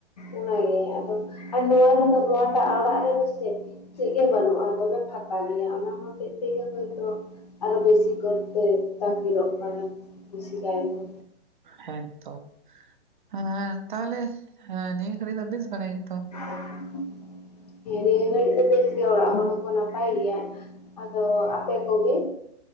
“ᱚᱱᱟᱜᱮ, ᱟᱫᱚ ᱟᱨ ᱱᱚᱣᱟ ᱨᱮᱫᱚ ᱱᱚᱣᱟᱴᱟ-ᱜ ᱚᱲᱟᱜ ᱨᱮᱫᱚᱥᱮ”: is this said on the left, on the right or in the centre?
Left